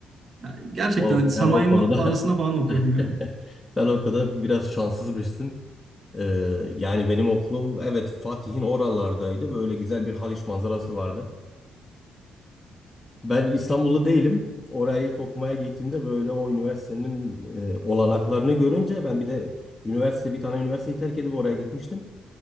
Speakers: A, on the right (about 45°); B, on the left (about 15°).
A: Yani gerçekten
B: O,
A: sanayinin
B: sen o konuda
A: arasında falan okuyorum yani.
B: <laughs> sen o konuda biraz şanssızmışsın. Ee, yani benim okulum evet Fatih'in oralardaydı. Böyle güzel bir Haliç manzarası vardı. Ben İstanbullu değilim. Oraya ilk okumaya gittiğimde böyle o üniversitenin e, olanaklarını görünce ben bir de üniversite bir tane üniversiteyi terk edip oraya gitmiştim.